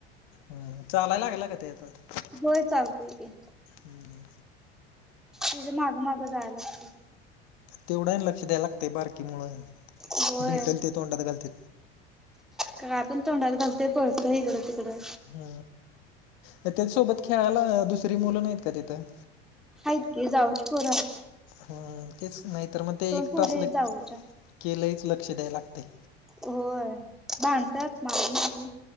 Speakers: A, on the left; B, in the centre.
A: हम चालायला लागला का ते तर
B: होोय चालतेय की
A: हम्म
B: म्हजे माग मागं जायला लागतील
A: तेवढा लक्ष द्याय लागंय बारकी म्हळून
B: होय
A: भेटल ते तोंडात घालते
B: का काय पण तोंडात घलय पोतोय इकडं तिकडं
A: ह त्याच्यासोबत खेळायला दुसरी मुलं नाहीत का तिथं
B: आहेतत की जावच खरं
A: हम्म तेच नाहीतर मग ते एक
B: पोरी
A: तास
B: आहेत
A: ल
B: जावच्या
A: केलंहीच लक्ष द्याय लागत
B: होय भांधतात मारा मारी